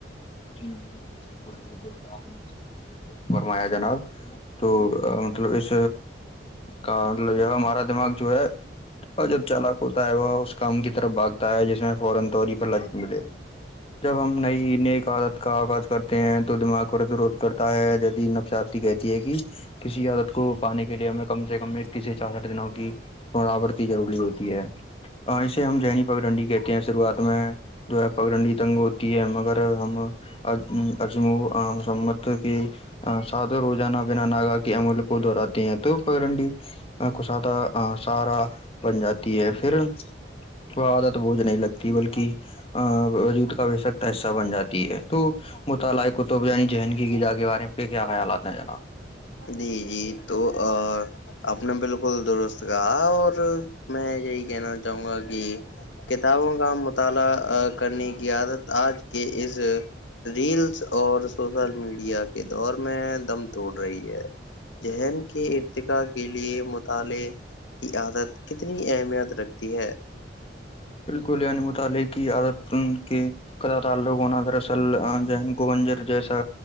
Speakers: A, on the left; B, on the left.
A: جی بالکل بالکل اپ نے بالکل صحیح فرمایا جناب تو مطلب اس کا مطلب یہ ہمارا دماغ جو ہے اجب چالک ہوتا ہے وہ اس کام کی طرف بھاگ تا ہے جیسا فورن تووری پر ل ملے جب ہم نئی نیک عادت کا آغاز کرتے ہیں تو دماغ کو روز روز کرتا ہے جدید نفس کہتی ہے کہ کسی عادت کو پانے کے لیے ہمیں کم سے کم کسی چار ساٹھ دنوں کی براابرتی ضروری ہوتی ہے اور اسے ہم جین پگڈنڈی کہتے ہیں شروعات میں جو ہے پگنڈی تنگ ہوتی ہے مگر ہم ا اجم و مسمت کی ا صادر روجانا بنا ناگا کے امل کو دہراتے ہیں تو پگ ڈنڈی ا خشادہ ا سہارا بن جاتی ہے پھر وہ عادت بوجھ نہیں لگتی بلکہ ا وجود کا بے سک تا حصہ بن جاتی ہے تو مت لائق کطب یعنی زندگی کی غذا کے بارے پہ کیا خیالات ہیں جناب
B: جی جی تو ا اپنے بالکل درست کہا اور میں یہی کہنا چاہوں گا کہ کتابوں کا مطالعہ کرنے کی عادت آج کے اس ریلس اور سوشل میڈیا کے دور میں دم توڑ رہی ہے ذہن کے ارتقاء کے لیے مطالعے کی عادت کتنی اہمیت رکھتی ہے
A: بالکل یعنی مطالعے کی عادت ان کے کدا تعلق ہونا دراصل جین کو بنجر جیسا